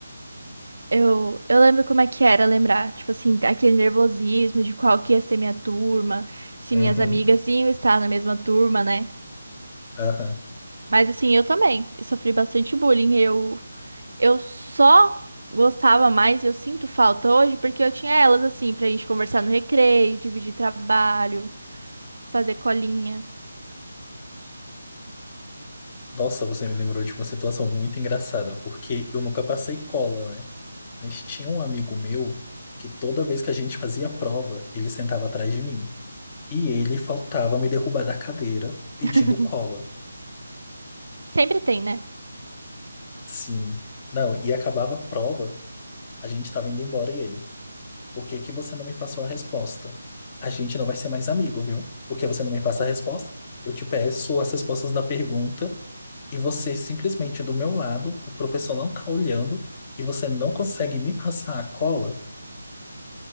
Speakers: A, on the right; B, on the left.
A: Eu, eu lembro como é que era lembrar, tipo assim, aquele nervosismo de qual que ia ser minha turma, se
B: uhum,
A: minhas amigas iam estar na mesma turma, né?
B: aham.
A: Mas assim, eu também sofri bastante bullying. Eu Eu só gostava mais, e eu sinto falta hoje, porque eu tinha elas assim, pra gente conversar no recreio, dividir trabalho, fazer colinha.
B: Nossa, você me lembrou de uma situação muito engraçada, porque eu nunca passei cola, né? Mas tinha um amigo meu que toda vez que a gente fazia prova, ele sentava atrás de mim. E ele faltava me derrubar da cadeira pedindo
A: <laughs>
B: cola.
A: Sempre tem, né?
B: Sim. Não, e acabava a prova, a gente tava indo embora e ele. Por que que você não me passou a resposta? A gente não vai ser mais amigo, viu? Porque você não me passa a resposta? Eu te peço as respostas da pergunta e você simplesmente do meu lado, o professor não tá olhando e você não consegue me passar a cola?